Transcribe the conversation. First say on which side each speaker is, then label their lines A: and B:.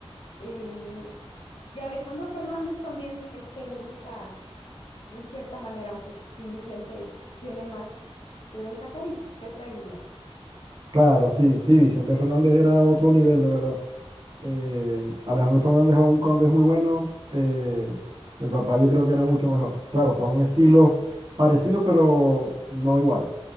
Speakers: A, on the left (about 60°); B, on the right (about 45°).
A: Eh, y Alejandro Fernández también, este, me gusta. de cierta manera, aunque sí Vicente tiene más de dónde sacar y Pepe Aguilar.
B: Claro, sí, sí, Vicente Fernández era otro nivel, de verdad. Eh, Alejandro Fernández aún cuando es muy bueno, eh, el papá yo creo que era mucho mejor. Claro, son estilos parecidos, pero no iguales.